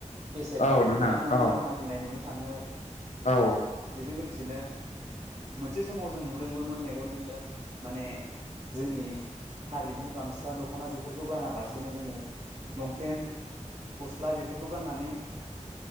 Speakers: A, on the right; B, on the left.
A: केसेट बेफोरखौ
B: औ नोंथां
A: दामनानै
B: औ
A: जों मागिनाय नुनो थांङो
B: औ
A: बेजों लोगोसेनो मोनसे समाव जों नुदोंबोमोन मेगनजोंनो माने जोंनि हारिमु गामसा, दख'ना बेफोरखौ गानालासेनो जोंङो लंपेन्ट, गस्ला बेफोरखौ गाननानै